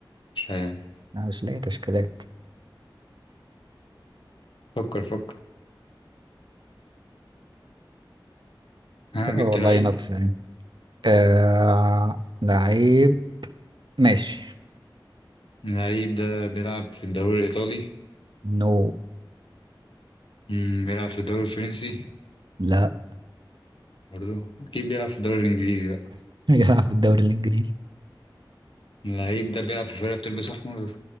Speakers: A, on the left (about 85°); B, on the right (about 65°).
A: مش عارف
B: انا مش لاقي تشكيلات
A: فكر فكر ها
B: اه
A: جبت
B: والله
A: لعيب
B: ناقص يعني آه... لعيب ماشي
A: اللعيب ده بيلعب في الدوري الإيطالي
B: نو
A: مم، بيلعب في الدوري الفرنسي
B: لا
A: برضه أكيد بيلعب في الدوري الإنجليزي بقى
B: <laughs> بيلعب في الدوري الانجليزي
A: اللعيب ده بيلعب في فرقة بتلبس أحمر